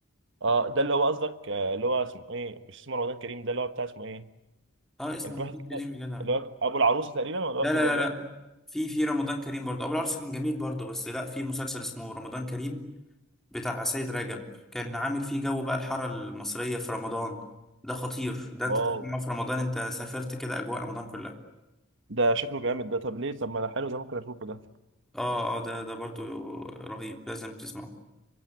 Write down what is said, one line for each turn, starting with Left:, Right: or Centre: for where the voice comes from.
Right: اه ده اللي هو قصدك آه، اللي هو اسمه ايه مش اسمه رمضان كريم ده اللي هو بتاع اسمه ايه
Centre: اه اسمه
Right: كان في
Centre: رمضان
Right: واحد كده
Centre: كريم يا جدع
Right: اللي هو ابو العروسه تقريبا ولا
Centre: لا
Right: واحد
Centre: لا
Right: ولا
Centre: لا
Right: ده واحد
Centre: لا في في رمضان كريم برضو ابو العروسه كان جميل برضو بس لا في مسلسل اسمه رمضان كريم بتاع سيد رجب كان عامل فيه جو بقى الحاره المصريه في رمضان ده خطير ده انت
Right: واو
Centre: تسمعه في رمضان انت سافرت كده اجواء رمضان كلها
Right: ده شكله جامد ده طب ليه طب ما ده حلو ده ممكن اشوفه ده
Centre: اه اه ده ده برضو رهيب لازم تسمعه